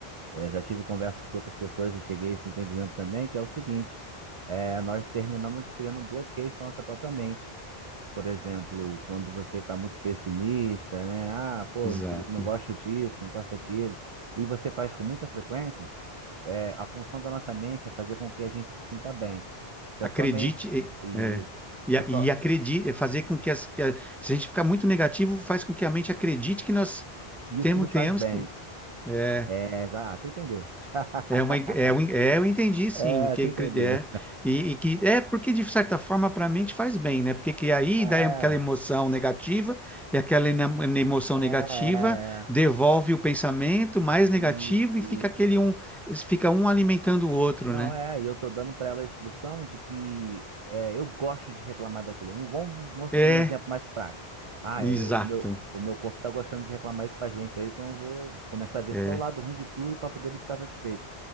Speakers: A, on the right (about 55°); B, in the centre.
A: É, já tive conversas com outras pessoas e cheguei a esse entendimento também, que é o seguinte: é, nós terminamos criando bloqueios para nossa própria mente. Por exemplo, quando você está muito pessimista, né? Ah, pô,
B: Exato.
A: não, queria- não gosto disso, não gosto daquilo, e você faz com muita frequência, é, a função da nossa mente é fazer com que a gente se sinta bem. Se
B: Acredite,
A: a sua mente e
B: é, é, e,
A: se
B: a-
A: a sua,
B: e acredite, fazer com que, as, que a- se a gente ficar muito negativo, faz com que a mente acredite que nós
A: que isso
B: temos,
A: nos
B: tenhamos
A: faz bem.
B: que. É
A: É, ah, tu entendeu? <laughs>
B: é uma, é, um- é, eu entendi, sim,
A: É,
B: que
A: tu
B: acre-
A: entendeu.
B: é, e, e que é porque de certa forma para a mente faz bem, né? Porque que aí
A: É,
B: dá aquela emoção negativa e aquela ena- emoção
A: é, é.
B: negativa devolve
A: é.
B: o pensamento mais
A: Isso,
B: negativo e fica
A: isso.
B: aquele um, fica um alimentando o outro,
A: Não,
B: né?
A: é, e eu tô dando para ela a instrução de que é, eu gosto de reclamar daquele. Um, vamos, vamos-
B: É,
A: um exemplo mais prático. Ah,
B: exato,
A: eu- eu- meu, o meu corpo tá gostando de reclamar, isso faz bem pra ele, então eu vou começar a ver
B: é,
A: só o lado ruim de tudo para poder ele ficar satisfeito.